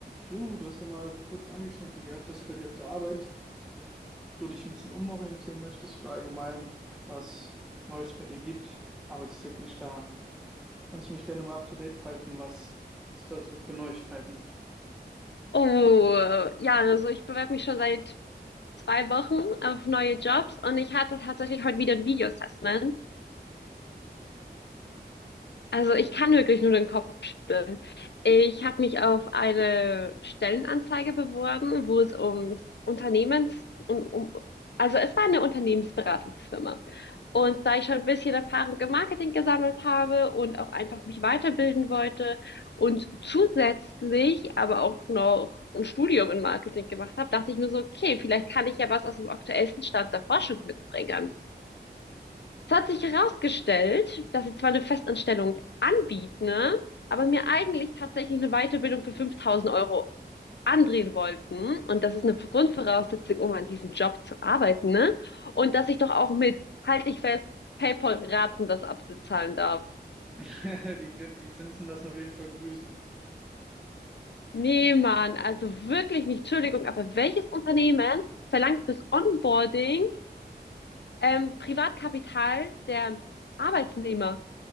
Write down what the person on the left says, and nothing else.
Oh, ja, also ich bewerbe mich schon seit zwei Wochen auf neue Jobs und ich hatte tatsächlich heute wieder ein Video-Assessment. Also ich kann wirklich nur den Kopf schütteln. Ich habe mich auf eine Stellenanzeige beworben, wo es ums Unternehmens, um, um, also es war eine Unternehmensberatungsfirma. Und da ich schon ein bisschen Erfahrung im Marketing gesammelt habe und auch einfach mich weiterbilden wollte und zusätzlich aber auch noch ein Studium in Marketing gemacht habe, dachte ich mir so, okay, vielleicht kann ich ja was aus dem aktuellsten Stand der Forschung mitbringen. Es hat sich herausgestellt, dass sie zwar eine Festanstellung anbieten, ne, aber mir eigentlich tatsächlich eine Weiterbildung für 5000 Euro andrehen wollten. Und das ist eine Grundvoraussetzung, um an diesem Job zu arbeiten. Ne? Und dass ich doch auch mit, halt dich fest, PayPal-Raten das abzuzahlen darf.
Nee, Mann, also wirklich nicht. Entschuldigung, aber welches Unternehmen verlangt fürs Onboarding ähm, Privatkapital der Arbeitnehmer?